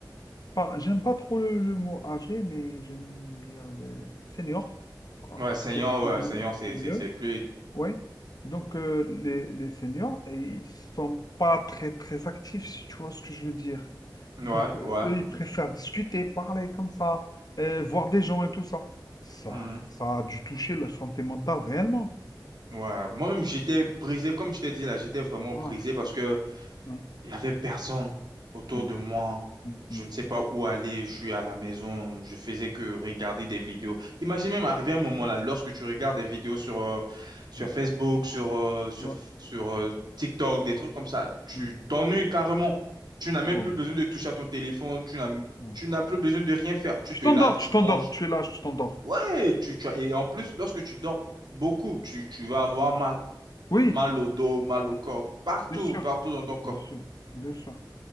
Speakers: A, on the left (about 55°); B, on the right (about 65°).
A: pas- j'aime pas trop le, le mot âgé, mais j'aime dire les seniors. Euh,
B: Ouais, Seigneur,
A: C'est
B: ouais, Seigneur, c'est,
A: c'est mieux,
B: c'est, c'est plus.
A: oui. Donc, euh, les, les seniors, et ils sont pas très, très actifs, si tu vois ce que je veux dire.
B: Ouais,
A: Donc, euh,
B: ouais.
A: eux, ils préfèrent discuter, parler comme ça, euh, voir des gens et tout ça. Ça,
B: Mhm.
A: ça a dû toucher leur santé mentale réellement.
B: Ouais. Moi-même, j'étais brisé, comme je t'ai dit là, j'étais vraiment
A: Voilà.
B: brisé parce que
A: Ouais.
B: Il y avait personne autour
A: Ouais.
B: de moi.
A: Mm,
B: Je
A: mm,
B: ne sais pas où aller. Je suis à la maison. Je faisais que regarder des vidéos. Imagine même arriver un moment là, lorsque tu regardes des vidéos sur, euh, sur
A: mm.
B: Facebook, sur, euh, sur,
A: Ouais.
B: sur euh, TikTok, des trucs comme ça, tu
A: Mm.
B: t'ennuies carrément. Tu n'as même
A: Wow.
B: plus besoin de toucher à ton téléphone. Tu n'as,
A: Ouais.
B: tu n'as plus besoin de rien faire. Tu
A: Tu
B: te
A: t'endors,
B: laves,
A: tu
B: tu
A: t'endors,
B: manges.
A: tu es là, tu t'endors.
B: Ouais, tu, tu as- et en plus, lorsque tu dors beaucoup, tu, tu vas avoir mal,
A: Oui,
B: mal au dos, mal au corps, partout,
A: bien sûr,
B: partout dans ton corps.
A: bien sûr, bien sûr.